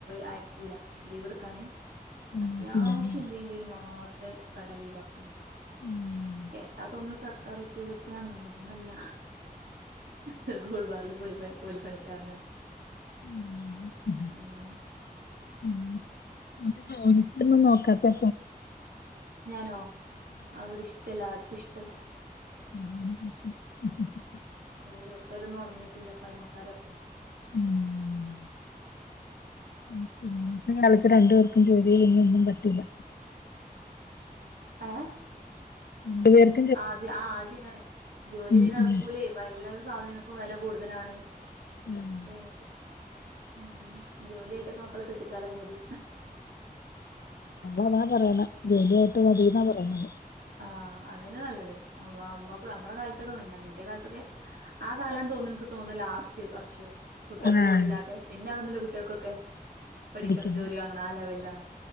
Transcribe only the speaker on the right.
അയക്കൂല ലീവ് ഇട്ക്കാന്
അത്യാവശ്യം എന്ത്‌ണ്ടേലും മാത്രെ കട ലീവാക്കു
കേട്ടാ തോന്നും സർക്കാറുദ്യോഗസ്ഥനാണെന്ന് അതൊന്നല്ല ഒരു കൂൾ ബാറില് കൂലിപ്പണി കൂലിപ്പണിക്കാരന
ആഹ്
ഞാനോ അവിടിഷ്ടല്ല ആർക്കും ഇഷ്ടല്ല
ഇവിടുത്തോലൊന്നും ഒണന്നിട്ടില്ല പയമക്കാരപ്പളും
ആ
ആഹ് ആ അത് ശരിയാണ് ജോലിങ്കിൽ
നടക്കൂലേ
ഇപ്പൊ എല്ലാ സാധനങ്ങൾക്കും വെലകൂടുതലാണ്
ഉം ഉം ജോലിയായിട്ടൊക്കെ മക്കളെ കെട്ടിച്ചാലൊക്കെ മതി
ആഹ് അതന്നെ നല്ലത് അമ്മക്ക് നമ്മള കാല <unintelligible> ഇന്റെ കാലത്തൊക്കെ ആ കാലം തോന്നുന്നു എനിക്ക് തോന്നുന്നു ലാസ്റ്റ് വർഷം കുട്ട്യൾക്ക്
ജോലി ഇല്ലാത്ത പിന്നെ അവിണന്നല്ല കുട്ട്യാക്കൊക്കെ പഠിക്കണം
ജോലി വാങ്ങണം ആ ലെവലിലാ